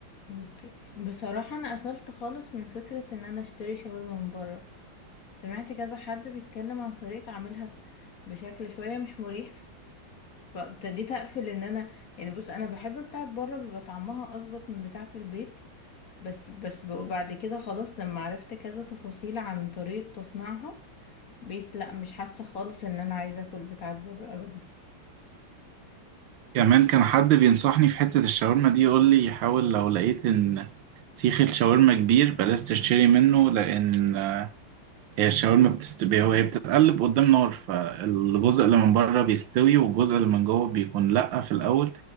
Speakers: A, on the left; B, on the right.
A: اوكي بصراحة انا قفلت خالص من فكرة ان انا اشتري شاورما من بره سمعت كذا حد بيتكلم عن طريقة عملها بشكل شوية مش مريح فابتديت اقفل ان انا يعني بص انا بحب بتاعت بره بيبقى طعمها اظبط من بتاعت البيت بس بس بقى بعد كده خلاص لما عرفت كذا تفاصيل عن طريقة تصنيعها بقيت لا مش حاسة خالص ان انا عايزة اكل بتاعت بره ابدا
B: كمان كان حد بينصحني في حتة الشاورما دي يقول لي حاول لو لقيت إن سيخ الشاورما كبير بلاش تشتري منه لأن هي الشاورما بتستوي هو هي بتتقلب قدام نار فالجزء اللي من بره بيستوي والجزء اللي من جوه بيكون لأ في الأول